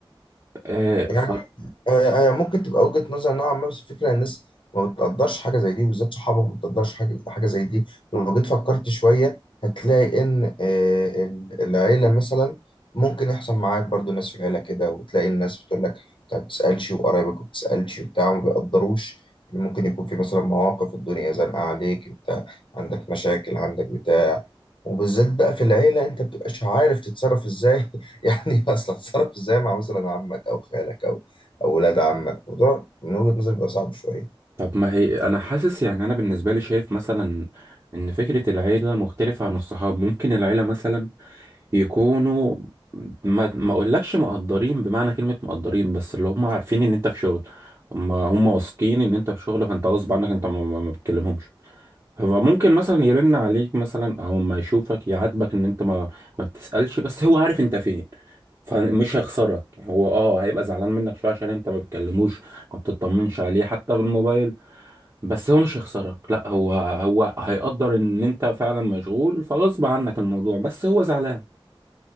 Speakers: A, on the right; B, on the left.
A: آه
B: يعني
A: ف...
B: هي هي ممكن تبقى وجهة نظر نوعا ما بس الفكرة إن الناس ما بتقدرش حاجة زي دي وبالذات صحابك ما بتقدرش حاجة حاجة زي دي لو جيت فكرت شوية هتلاقي إن آه، ال- العيلة مثلا ممكن يحصل معاك برضو ناس في العيلة كده وتلاقي الناس بتقول لك أنت ما بتسألش وقرايبك ما بتسألش وبتاع وما بيقدروش ممكن يكون في مثلا مواقف الدنيا زنقة عليك أنت عندك مشاكل عندك بتاع وبالذات بقى في العيلة انت بتبقاش عارف تتصرف ازاي <laughs> يعني اصلا تتصرف ازاي مع مثلا عمك او خالك او او ولاد عمك موضوع من وجهة نظري بيبقى صعب شوية
A: طب ما هي انا حاسس يعني انا بالنسبه لي شايف مثلا ان فكره العيله مختلفه عن الصحاب ممكن العيله مثلا يكونوا ما ما اقولكش مقدرين بمعنى كلمه مقدرين بس اللي هم عارفين ان انت في شغل هم هم واثقين ان انت في شغل فانت غصب عنك انت ما ما ما بتكلمهمش هو ممكن مثلا يرن عليك مثلا او ما يشوفك يعاتبك ان انت ما ما بتسألش بس هو عارف انت فين فمش هيخسرك هو اه هيبقى زعلان منك شويه عشان انت ما بتكلموش ما بتطمنش عليه حتى بالموبايل بس هو مش هيخسرك لا هو هو هيقدر ان انت فعلا مشغول فغصب عنك الموضوع بس هو زعلان